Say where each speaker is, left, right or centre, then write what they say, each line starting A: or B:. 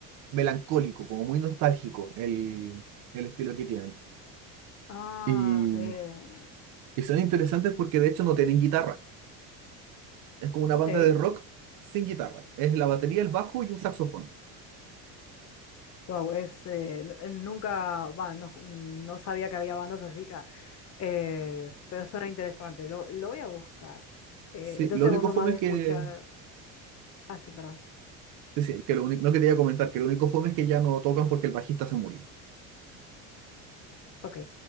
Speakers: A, on the right (about 55°); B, on the left (about 45°).
A: melancólico, como muy nostálgico el, el estilo que tienen.
B: Ah,
A: Y,
B: eh,
A: y son interesantes porque de hecho no tienen guitarra. Es como una
B: ok.
A: banda de rock sin guitarra. Es la batería, el bajo y un saxofón.
B: Wow, es eh, nu- eh, nunca, va, no, no sabía que había bandas así, ah, eh, pero suena interesante. Lo, lo voy a buscar. Eh,
A: Sí,
B: entonces
A: lo único
B: vos sos
A: fome
B: más de
A: es
B: escuchar.
A: que...
B: Ah, sí, perdón.
A: sí, sí, que lo único, no quería comentar, que lo único fome es que ya no tocan porque el bajista se murió.
B: Ok.